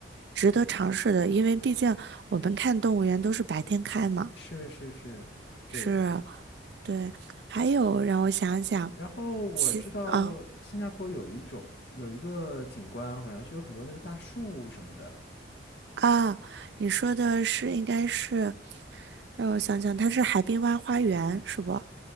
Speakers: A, on the right (about 65°); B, on the left (about 65°).
A: 值得尝试的，因为毕竟我们看动物园都是白天开嘛。
B: 是是是，对。
A: 是，对。还有让我想想，
B: 然后我知道新加坡有一种有一个景观，
A: 其啊
B: 好像是有很多那个大树什么的，
A: 啊，你说的是应该是，让我想想，它是海滨湾花园是不？